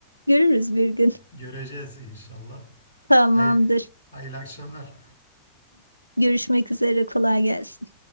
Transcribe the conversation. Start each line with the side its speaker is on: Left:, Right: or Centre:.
Right: Görürüz bir gün.
Left: Göreceğiz inşallah.
Right: Tamamdır.
Left: Hayır, hayırlı akşamlar.
Right: Görüşmek üzere. Kolay gelsin.